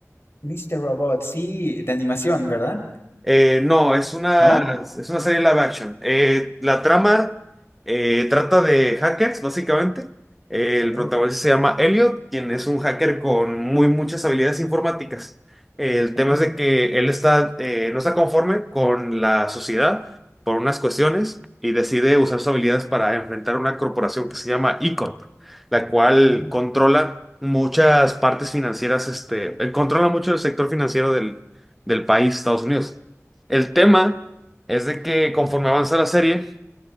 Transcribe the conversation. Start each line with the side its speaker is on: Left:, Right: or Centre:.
Left: Mister Robot, sí, de animación, ¿verdad?
Centre: Eh, no, es una,
Left: ¿No?
Centre: es una serie live action. Eh, la trama eh, trata de hackers, básicamente. Eh, el
Left: Oh,
Centre: protagonista se llama Elliot, quien es un hacker con muy muchas habilidades informáticas. Eh, el tema
Left: oh,
Centre: es de que él está, eh, no está conforme con la sociedad por unas cuestiones y decide usar sus habilidades para enfrentar una corporación que se llama E-Corp, la cual
Left: oh,
Centre: controla muchas partes financieras, este, eh, controla mucho el sector financiero del, del país, Estados Unidos. El tema es de que conforme avanza la serie,